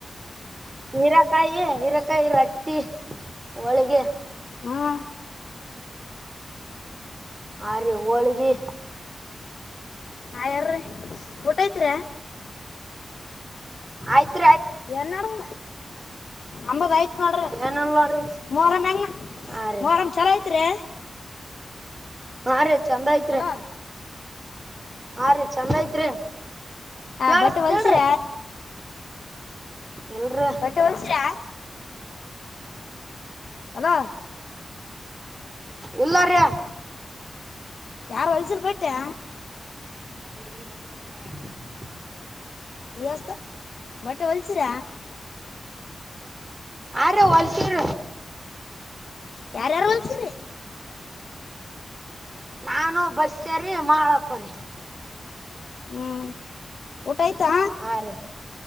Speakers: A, on the right (about 25°); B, on the left (about 70°).
A: ಹೀರಕಾಯಿ ಹೀರಕಾಯಿ ರ ಟ್ಟಿ ಹೋಳಿಗೆ
B: ಹ್ಮ
A: ಆ ರೀ ಹೋಳಗಿ
B: ಆ ಯಾರೀ ಊಟ ಐತ್ರಿ
A: ಆಯ್ತು
B: ಏನ್ಡುದ <unintelligible> ನಮ್ದ್ ಆಯ್ತು ನೋಡ್ರಿ
A: ಏನಿಲ್ ನೋಡ್ರಿ
B: ಮೋರಮ್ಮ
A: ಹಾ ರೀ
B: ಮೋರಮ್ಮ ಚಲೋ ಐತ್ರಿ <inaudible>
A: ಹಾ ರೀ ಚಂದ ಐತ್ರಿ
B: ಅಲೋ
A: ಹಾ ರೀ ಚಂದ ಐತ್ರಿ
B: ಹ
A: ಕೇಳಸ್ತಿಲ್ರಿ
B: ಬಟೆ ಹೊಲ್ಸಿರ
A: ಇಲ್ರಿ
B: ಬಟ್ಟೆ ಒಲಿಸಿರ ಹಲೋ
A: ಇಲ್ಲಾರಿ
B: ಯಾ ಹೊಲ್ಸಲ್ ಬಿಟ್ಟೆ
A: ನ ಬೇಲ್ಲ ಬಂದ ಬಸ್ತ್ ಮಾಡಾರ ಆತ <unintelligible>
B: ಈಸ್ಟ್ ಬಟ್ಟೆ ಹೊಲ್ಸರ
A: ಆ ರಿ ಹೊಲ್ಸೂರ
B: ಯಾರ್ಯಾರು ಹೊಲ್ಸಿರಿ
A: ನಾನು ಬಸರಿ ಮಾಳಪ್ಪರಿ
B: ಹ್ಮ್ ಊಟ ಆಯ್ತಾ
A: ಹಾ ರೀ